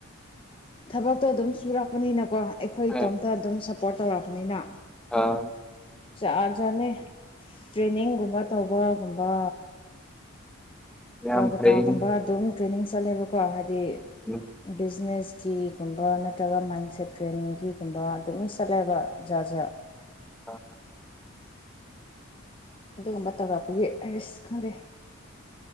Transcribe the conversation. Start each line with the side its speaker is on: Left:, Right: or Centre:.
Left: ꯊꯕꯛꯇꯣ ꯑꯗꯨꯝ ꯁꯨꯔꯛꯄꯅꯤꯅꯀꯣ ꯑꯈꯣꯏ ꯏꯇꯣꯝꯇ
Centre: ꯑꯥ
Left: ꯑꯗꯨꯝ ꯁꯞꯄꯣꯔꯠ ꯇꯧꯔꯛꯄꯅꯤꯅ
Centre: ꯑꯥ
Left: ꯖꯥꯠ ꯖꯥꯠꯅꯦ ꯇ꯭ꯔꯦꯅꯤꯡꯒꯨꯝꯕ ꯇꯧꯕꯒꯨꯝꯕ
Centre: ꯌꯥꯝ
Left: ꯀꯜꯀꯇꯥꯒꯨꯝꯕ
Centre: ꯐꯩ ꯎꯝ
Left: ꯑꯗꯨꯝ ꯇ꯭ꯔꯦꯅꯤꯡ ꯆꯠꯂꯦꯕꯀꯣ ꯍꯥꯏꯗꯤ
Centre: ꯎꯝ
Left: ꯕꯤꯖꯤꯅꯦꯁꯀꯤꯒꯨꯝꯕ ꯅꯠꯇ꯭ꯔꯒ ꯃꯥꯏꯟꯁꯦꯠ ꯇ꯭ꯔꯦꯅꯤꯡꯒꯤꯒꯨꯝꯕ ꯑꯗꯨꯝ ꯆꯠꯂꯦꯕ ꯖꯥꯠ ꯖꯥꯠ
Centre: ꯍ <inaudible>
Left: ꯑꯗꯨꯒꯨꯝꯕ ꯇꯧꯔꯛꯄꯒꯤ ꯑꯩꯁ ꯈꯪꯗꯦ